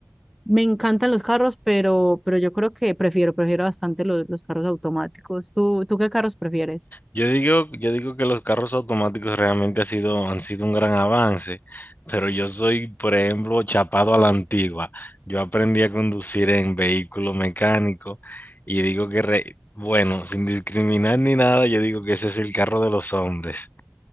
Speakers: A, in the centre; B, on the left.
A: me encantan los carros, pero, pero yo creo que prefiero, prefiero bastante los, los carros automáticos. ¿Tú, tú qué carros prefieres?
B: Yo digo, yo digo que los carros automáticos realmente ha sido, han sido un gran avance, pero yo soy, por ejemplo, chapado a la antigua. Yo aprendí a conducir en vehículo mecánico y digo que, re- bueno, sin discriminar ni nada, yo digo que ese es el carro de los hombres.